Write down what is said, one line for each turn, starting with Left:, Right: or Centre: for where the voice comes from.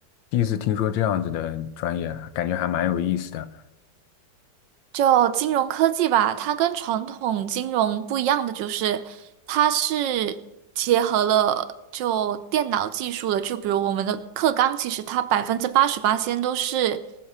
Left: 第一次听说这样子的专业啊，感觉还蛮有意思的。
Right: 就金融科技吧，它跟传统金融不一样的就是，它是结合了就电脑技术的。就比如我们的课纲，其实它百分之八十八先都是